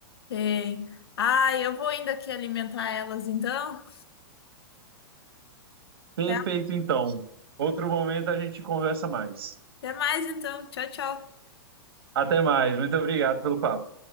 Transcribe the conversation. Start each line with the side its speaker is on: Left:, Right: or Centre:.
Left: tem. Ai, eu vou ainda aqui alimentar elas então.
Right: Perfeito,
Left: Tá?
Right: então. Outro momento a gente conversa mais.
Left: Até mais, então. Tchau, tchau.
Right: Até mais. Muito obrigado pelo papo.